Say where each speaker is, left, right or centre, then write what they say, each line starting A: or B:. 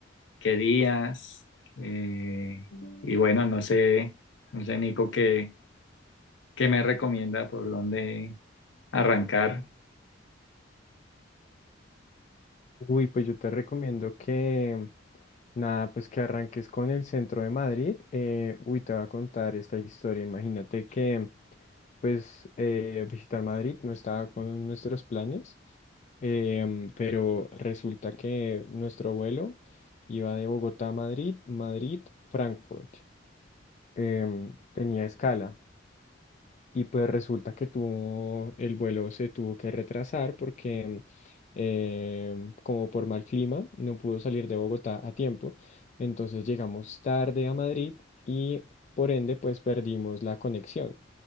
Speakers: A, on the left; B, on the left.
A: qué días, eh, y bueno, no sé, no sé, Nico, qué, qué me recomienda por dónde arrancar.
B: Uy, pues yo te recomiendo que, nada, pues que arranques con el centro de Madrid. Eh, uy, te voy a contar esta historia. Imagínate que, pues, eh, visitar Madrid no estaba con nuestros planes, em, pero resulta que nuestro vuelo iba de Bogotá a Madrid, Madrid, Frankfurt. em, tenía escala. Y pues resulta que tuvo, el vuelo se tuvo que retrasar porque em, como por mal clima no pudo salir de Bogotá a tiempo. Entonces llegamos tarde a Madrid y por ende pues perdimos la conexión.